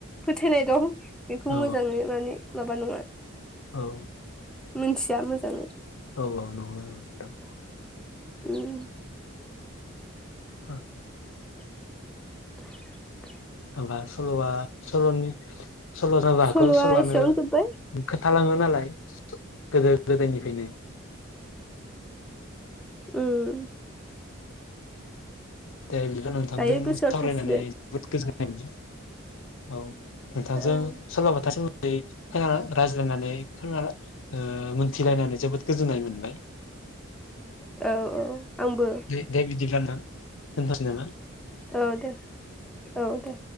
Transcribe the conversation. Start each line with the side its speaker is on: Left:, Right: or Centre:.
Centre: फोथायनाय दं बेखौ
Left: औ
Centre: मोजाङै माने माबा नङा
Left: औ
Centre: मोनथिया मोजाङै
Left: औ औ <unintelligible>
Centre: ओम
Left: <unintelligible>
Centre: <inaudible>
Left: होमबा सलआ सलनि सल जाबाखौ
Centre: सल'आ
Left: सलआनो
Centre: एसेयावनो
Left: <unintelligible>
Centre: जोब्बाय
Left: थालाङो नालाय गोदो गोदोनिफायनो
Centre: ओम
Left: दे बिदिब्ला नोंथांदों
Centre: दायो गोसोआव
Left: सावरायनानै
Centre: थासिगोन
Left: जोबोद गोजोननाय <unintelligible> औ नोंथांजों
Centre: ओं
Left: सलबाथा सो ऐ खोनाला रायज्लायनानै खोनाला ओ मोनथिलायनानै जोबोद गोजोननाय मोनबाय
Centre: औ औ आंबो
Left: दै दे बिदिब्ला नोंथा दोनथसै नामा
Centre: औ दे औ दे